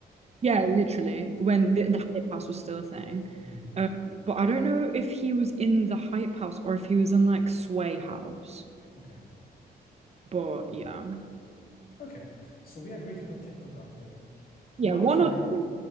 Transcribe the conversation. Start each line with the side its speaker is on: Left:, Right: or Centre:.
Right: yeah, literally when the, the Hype House was still a thing.
Left: Mm,
Right: Um, but I don't know if he was in the Hype House or if he was in like Sway House.
Left: okay.
Right: But yeah,
Left: Okay. So we agreed to put TikTok up there.
Right: Yeah,
Left: My
Right: one
Left: turn.
Right: or two.